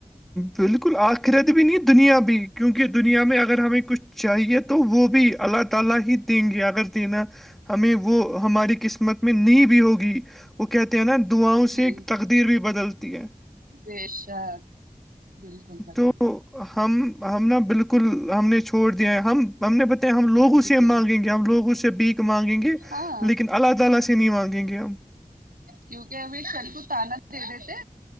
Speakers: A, in the centre; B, on the right.
A: بالکل آخرت بھی نہیں دنیا بھی کیونکہ دنیا میں اگر ہمیں کچھ چاہیے تو تو وہ بھی اللہ تعالی ہی دیں گے اگر دینا ہمیں وہ ہماری قسمت میں نہیں بھی ہوگی وہ کہتے ہیں نا دعاؤں
B: جی
A: سے تقدیر بھی بدلتی ہے
B: بے شک بالکل بدل
A: تو ہم ہم نا بالکل ہم نے چھوڑ دیا ہے ہم ہم نے بتایا ہم لوگ اسے
B: جی
A: مانگیں گے ہم لوگ اس سے بیک مانگیں گے
B: ہاں
A: لیکن اللہ تعالی سے نہیں مانگیں گے ہم
B: کیونکہ وہ شال کو تالا دے دیتے